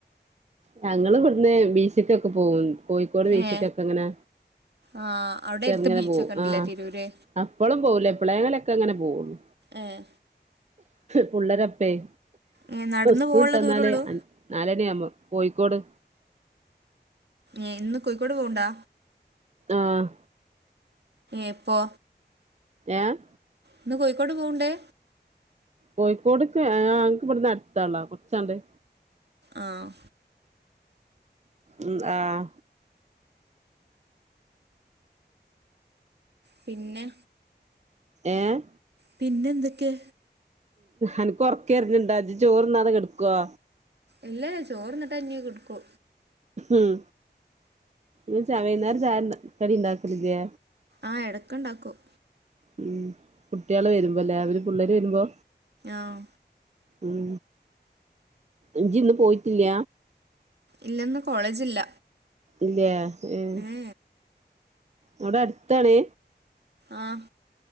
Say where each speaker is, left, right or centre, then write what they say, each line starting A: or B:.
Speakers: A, on the right; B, on the right.
A: ഞങ്ങൾ ഇവിടുന്ന് ബീച്ച്ക്കൊക്കെ പോകും കോഴിക്കോട് ബീച്ചക്കൊക്കെ
B: ഏ
A: ങ്ങനെ
B: ആഹ് അവിടെ
A: ചെറുങ്ങനെ
B: അടുത്ത് ബീച്ചൊക്കെ
A: പോവും
B: ഉണ്ടല്ലേ
A: ആ
B: തിരൂര്
A: അപ്പളും പോവൂല എപ്പളെലൊക്കെങ്ങനെ പോകുള്ളു
B: ഏഹ്
A: പുള്ളേരപ്പെയ്
B: ഏ നടന്നു
A: സ്കൂളിട്ടന്നാലേ
B: പോകാനുള്ള ദൂരള്ളൂ
A: നാലാണിയാവുമ്പോ കോഴിക്കോട്
B: ഏഹ് ഇന്ന് കോഴിക്കോട് പോവിണ്ട
A: ആഹ്
B: എപ്പോ
A: ആഹ്
B: ഇന്ന് കോഴിക്കോട് പോവണ്ടേ
A: കോഴിക്കോട്ക്കെ ആ ഞങ്ങക്ക് ഇവിടന്ന് അടുത്താണ്ല്ലോ കൊറച്ചങ്ങട്ട്
B: ആഹ്
A: ഉം ആഹ്
B: പിന്നെ
A: ഏഹ്
B: പിന്നെന്തൊക്കെ
A: അനക്ക് ഒറക്കെരിണിണ്ടോ ഇജ്ജ് ചോറ്ന്നാതെ കെടക്കുവോ
B: ഇല്ലേ ചോറിന്നിട്ടെന്നെ കെടക്കു
A: ഉം വൈന്നേരം ചായണ്ട കടിണ്ടാക്കലില്ലേ
B: ആഹ് എടക്ക്ണ്ടാക്കും
A: ഉം കുട്ട്യാള് വരുമ്പോ ല്ലേ അവര് പുള്ളേര് വരുമ്പോ
B: ആഹ്
A: ഉം ഇജ്ജ് ഇന്ന് പോയിട്ടില്ല
B: ഇല്ലന്ന് കോളേജില്ല
A: ഇല്ലേ ഏഹ്
B: ഏ
A: അവിടെ അടുത്താണ്
B: ആഹ്